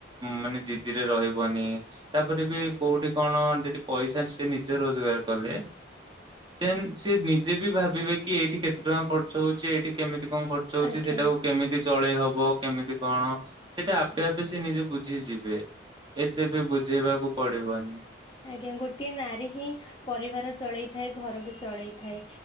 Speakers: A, on the right (about 25°); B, on the left (about 25°).
A: ମାନେ ଜିଦିରେ ରହିବନି, ତାପରେ ବି କୋଉଠି କଣ ଯଦି ପଇସା ସେ ନିଜେ ରୋଜଗାର କଲେ, ଦେନ୍ ସେ ଯିଏ ବି ଭାବିବେ କି ଏଇଠି କେତେ ଟଙ୍କା ଖର୍ଚ୍ଚ ହଉଛି, ଏଇଠି କେମିତି କଣ ଖର୍ଚ୍ଚ ହଉଛି,
B: ଆଜ୍ଞା
A: ସେଇଟାକୁ କେମିତି ଚଳେଇ ହବ କେମିତି କଣ ସେଟା ଆପେ-ଆପେ ସେ ନିଜେ ବୁଝିଯିବେ, ଏତେ ବି ବୁଝେଇବାକୁ ପଡିବନି।
B: ଆଜ୍ଞା-ଗୋଟିଏ ନାରୀ ହିଁ ପରିବାର ଚଳେଇ ଥାଏ, ଘରକୁ ଚଳେଇ ଥାଏ।